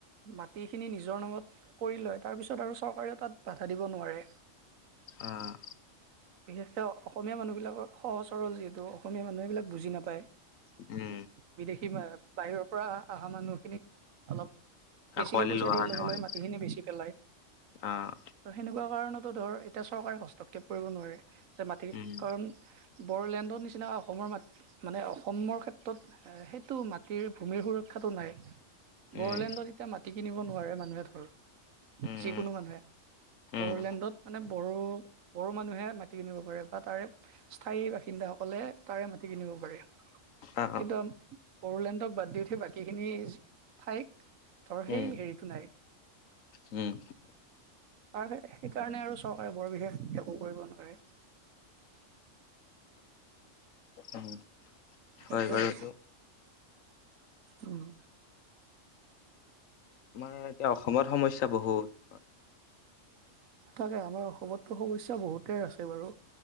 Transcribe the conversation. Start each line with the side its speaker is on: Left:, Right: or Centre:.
Right: মাটিখিনি নিজৰ নামত কৰি লয় তাৰপিছত আৰু চৰকাৰেও তাত বাধা দিব নোৱাৰে।
Left: আহ
Right: বিশেষক অসমীয়া মানুহ বিলাকক সহজ সৰল যিহেতু, অসমীয়া মানুহ এইবিলাক বুজি নাপায়।
Left: তাকে।
Right: বিদেশী বাহিৰৰ পৰা অহা মানুহখিনিক অলপ বেছিকে
Left: আঁকোৱালি
Right: পইচা
Left: লোৱা
Right: দিয়া
Left: কাৰণে
Right: লগে
Left: হয়
Right: লগে মাটিখিনি বেছি পেলাই।
Left: আহ
Right: ত সেনেকুৱা কাৰণতো ধৰ এতিয়া চৰকাৰে হস্তক্ষেপ কৰিব নোৱাৰে। মাটি
Left: উম
Right: কাৰণ বৰলেণ্ড <inaudible> নিচিনা অসমৰ মাট মানে অসমৰ ক্ষেত্ৰত এ -সেইটো মাটিৰ ভূমিৰ সুৰক্ষাটো নাই। বৰোলেণ্ডত
Left: উম
Right: এতিয়া মাটি কিনিব নোৱাৰে মানুহে ধৰ
Left: উম
Right: যিকোনো মানুহে।
Left: উম
Right: বড়োলেণ্ডত মানে বড়ো, বড়ো মানুহে মাটি কিনিব পাৰে বা তাৰে স্থায়ী বাসিন্দাসকলে তাৰে মাটি কিনিব পাৰে,
Left: অ
Right: কিন্তু
Left: অ
Right: বড়োলেণ্ডক বাদ দি উঠি বাকীখিনি ঠাইক ধৰ সেই
Left: উম
Right: হেৰিটো নাই।
Left: উম।
Right: আৰু সেই-সেইকাৰণে আৰু চৰকাৰে বৰ বিশেষ একো কৰিব নোৱাৰে।
Left: উম
Right: সেইটোৱে
Left: হয় বাৰু
Right: আৰু
Left: এইটো
Right: উম।
Left: আমাৰ এতিয়া অসমত সমস্যা বহুত <inaudible>
Right: তাকে আমাৰ অসমততো সমস্যা বহুতেই আছে বাৰু